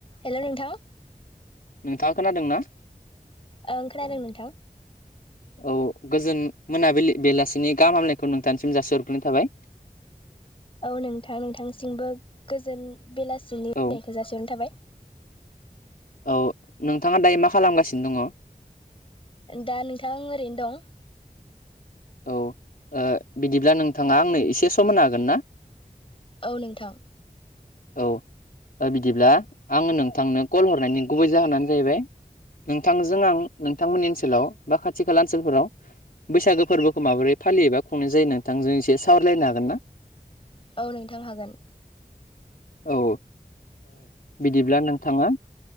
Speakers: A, on the left (about 35°); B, on the left (about 65°).
A: हेल' नोंथां।
B: नोंथाङा खोनादों ना?
A: ओं खोनादों नोंथां।
B: औ गोजोन मोनाबिलि बेलासिनि गाहामलानायखौ नोंथांनिसिम जासि हरग्रोनाय थाबाय।
A: औ नोंथां नोंथांसिमबो गोजोन बेलासिनिखौ
B: औ
A: <inaudible> जासिहरनाय थाबाय।
B: औ नोंथाङा दायो मा खालामगासिनो दङ?
A: दा नोंथां ओरैनो दं।
B: औ ओ बिदिब्ला नोंथाङा आंनो एसे सम होन हागोन ना?
A: औ नोंथां।
B: औ ओ बिदिब्ला आङो नोंथांनो कल हरनायनि गुबै जाहोनानो जाहैबाय नोंथांजों आं नोंथांमोननि ओनसोलाव बा खाथि खाला ओनसोलफोराव बैसागो फोरबोखौ माबोरै फालियोबा खुंनाय जायो नोंथांजों एसे सावरायलायनो हागोन ना?
A: औ नोंथां हागोन।
B: औ बिदिब्ला नोंथाङा